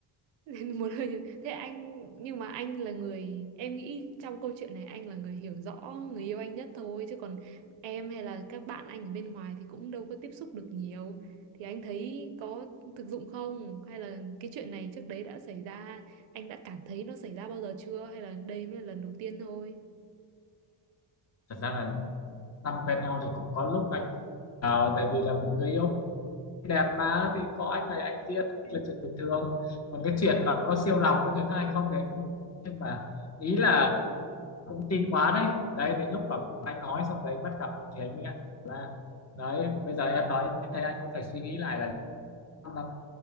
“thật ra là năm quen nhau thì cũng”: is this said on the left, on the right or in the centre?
Left